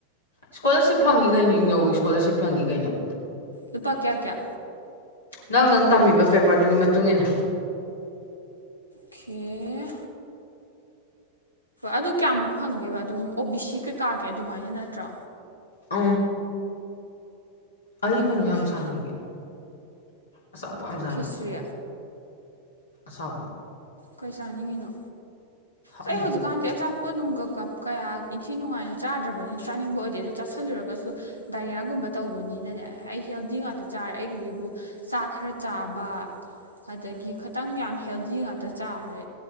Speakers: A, on the left; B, on the left.
A: ꯏꯁ꯭ꯀꯣꯂꯔꯁꯤꯞ ꯐꯪꯉꯤ ꯀꯩꯅꯣ ꯏꯅꯧꯒꯤ ꯏꯁꯀꯣꯂꯔꯁꯤꯞ ꯐꯪꯉꯤ ꯀꯩꯅꯣ
B: ꯂꯨꯄꯥ ꯀꯌꯥ ꯀꯌꯥ
A: ꯅꯪ ꯅꯪ ꯇꯝꯃꯤꯕ ꯄꯦꯄꯔꯗꯨꯒꯤ ꯃꯇꯨꯡ ꯏꯟꯅ
B: ꯈꯦ ꯑꯗꯨ ꯀꯌꯥꯃꯨꯛ ꯐꯪꯒꯦꯕ ꯑꯗꯨꯝ ꯑꯣ ꯕꯤ ꯁꯤ ꯀꯩꯀꯥꯒꯤ ꯑꯗꯨꯃꯥꯏꯅ ꯅꯠꯇ꯭ꯔꯣ
A: ꯑ ꯑꯩ
B: ꯑꯣꯀꯦ
A: ꯀꯩꯅꯣ ꯌꯥꯝ ꯁꯥꯥꯟꯅꯤꯡꯉꯦ ꯑꯁꯥ ꯄꯣꯥꯝ ꯆꯅꯤꯡꯉ
B: ꯈꯦꯆ꯭ꯔꯤ
A: ꯁꯥꯕ
B: ꯀꯩ ꯆꯥꯅꯤꯡꯉꯤꯅꯣ
A: ꯈꯪꯗꯦ
B: ꯑꯩ ꯑꯩ ꯍꯧꯖꯤꯛꯀꯥꯟꯗꯤ ꯑꯆꯥꯄ ꯄꯣꯠ ꯅꯨꯡꯒ ꯀꯞ ꯀꯌꯥ ꯏꯟꯊꯤ ꯅꯨꯡꯉꯥꯏꯅ ꯆꯥꯗ꯭ꯔꯕꯅꯤꯅ ꯆꯥꯅꯤꯡꯕ ꯑꯣꯏꯗꯦ ꯑꯗꯨ ꯆꯥꯥꯁꯜꯂꯨꯔꯒꯁꯨ ꯗꯥꯏꯔꯤꯌꯥꯒꯨꯝꯕ ꯇꯧꯕꯅꯤꯅꯅꯦ ꯑꯩ ꯍꯦꯜꯗꯤ ꯉꯥꯛꯇ ꯆꯥꯔꯦ ꯑꯩꯒꯤꯕꯨ ꯆꯥꯛ ꯈꯔ ꯆꯥꯕ ꯑꯗꯒꯤ ꯈꯤꯇꯪ ꯌꯥꯝ ꯍꯦꯜꯗꯤ ꯉꯥꯛꯇ ꯆꯥꯔꯦ